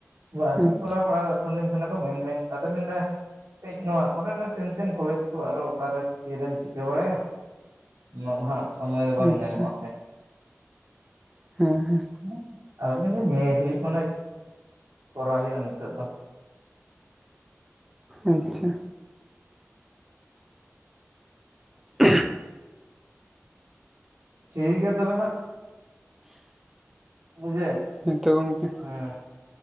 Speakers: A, on the right; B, in the centre.
A: ᱵᱟᱞᱤᱧ
B: ᱟᱪᱪᱷᱟ
A: ᱠᱚᱨᱟᱣ ᱵᱟᱲᱟ ᱢᱮᱛᱟ ᱫᱤᱱ ᱛᱟᱦᱮ ᱠᱚ ᱢᱮᱱ ᱢᱮᱱ ᱟᱫᱟ ᱞᱮᱧ ᱞᱟᱹᱭᱟ ᱛᱮᱧ ᱱᱚᱣᱟ ᱠᱚᱨᱮᱱᱟᱜ ᱴᱮᱱᱥᱚᱱ ᱠᱚᱞᱮᱡᱽ ᱠᱚ ᱟᱨᱚ ᱚᱠᱟᱨᱮ ᱛᱤᱨᱮᱢ ᱪᱤᱠᱟᱹ ᱵᱟᱲᱟᱭᱟ ᱱᱚᱣᱟ ᱢᱟ ᱦᱟᱜ ᱥᱚᱢᱚᱭ ᱨᱮ ᱵᱟᱝ
B: ᱟᱪᱪᱷᱟ
A: ᱧᱟᱢᱚᱜᱼᱟ ᱥᱮ
B: ᱦᱮᱸ ᱦᱮᱸ
A: <unintelligible> ᱱᱮᱞ ᱦᱩᱭᱩᱜ ᱠᱟᱱᱟ ᱠᱚᱨᱟᱣ ᱦᱩᱭᱩᱜᱼᱟ ᱱᱤᱛᱳ ᱫᱚ
B: ᱟᱪᱪᱷᱟ <inaudible>
A: ᱴᱷᱤᱠ ᱜᱮᱭᱟ ᱛᱚᱵᱮ ᱦᱟᱸᱜ᱾ <unintelligible>
B: ᱱᱤᱛᱚᱜ ᱜᱚᱝᱠᱮ
A: ᱦᱮᱸ